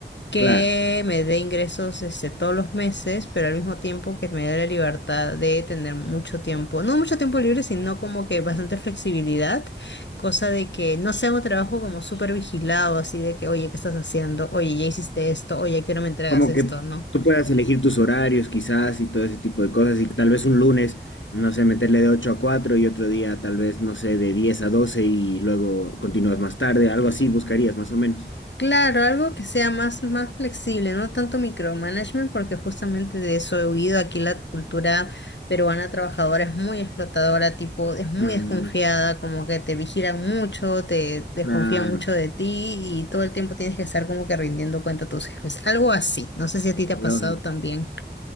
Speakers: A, on the left; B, on the left.
A: que
B: Claro.
A: me dé ingresos este, todos los meses, pero al mismo tiempo que me dé la libertad de tener mucho tiempo, no mucho tiempo libre, sino como que bastante flexibilidad, cosa de que no sea un trabajo como súper vigilado, así de que, oye, ¿qué estás haciendo? Oye, ya hiciste esto, oye, ¿a qué hora me entregas
B: Como
A: esto?
B: que
A: ¿no?
B: tú puedas elegir tus horarios quizás y todo ese tipo de cosas y tal vez un lunes, no sé, meterle de 8 a 4 y otro día tal vez, no sé, de 10 a 12 y luego continúas más tarde, algo así buscarías más o menos.
A: Claro, algo que sea más, más flexible, no tanto micromanagement, porque justamente de eso he huido. Aquí la cultura peruana trabajadora es muy explotadora, tipo, es muy
B: Mm,
A: desconfiada, como que te vigilan mucho, te desconfían
B: claro,
A: mucho de ti y todo el tiempo tienes que estar como que rindiendo cuenta a tus jefes. Algo así. No sé si a ti te ha
B: lógico.
A: pasado también.